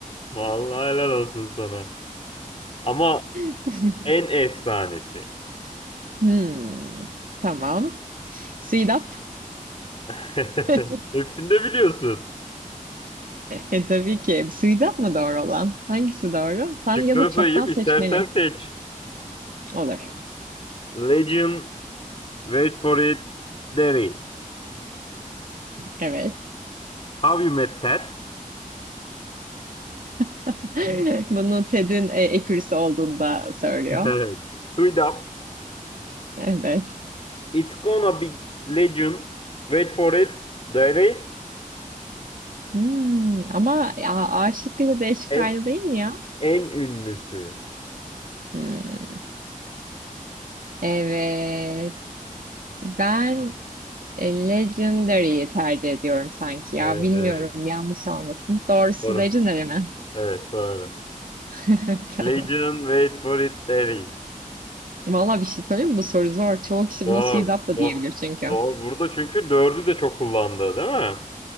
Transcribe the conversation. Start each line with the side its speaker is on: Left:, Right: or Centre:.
Left: Vallahi helal olsun sana. Ama
Right: <laughs>
Left: en efsanesi.
Right: Hmm, tamam. Suidap.
Left: <laughs>
Right: <laughs>
Left: Hepsini de biliyorsun.
Right: E, tabii ki. Suidap mı doğru olan? Hangisi doğru? Sen
Left: Şıkları
Right: ya da çoktan
Left: sayayım,
Right: seçmeli.
Left: istersen seç.
Right: Olur.
Left: Legend, Wait for it, Derry.
Right: Evet.
Left: How you met Ted?
Right: <laughs>
Left: <laughs>
Right: Bunu TED'in e, ekürüsü olduğunda söylüyor.
Left: Evet. Sweet up.
Right: Evet.
Left: It's gonna be legend. Wait for it, Derry.
Right: Hmm, ama ya, A şıkkıyla D şıkkı
Left: En,
Right: aynı değil mi ya?
Left: en ünlüsü.
Right: Hmm, evet. Ben E, Legendary'yi tercih ediyorum sanki ya.
Left: Evet,
Right: Bilmiyorum
Left: evet.
Right: yanlış olmasın. Doğrusu
Left: Doğru.
Right: Legendary mi?
Left: Evet, doğru.
Right: <laughs> Tamam.
Left: Legion, wait for it, Derry.
Right: Valla bir şey söyleyeyim mi? Bu soru zor. Çoğu kişi
Left: Doğru.
Right: buna Suidat da
Left: Doğru.
Right: diyebilir çünkü.
Left: Doğru. Burada çünkü dördü de çok kullandı, değil mi?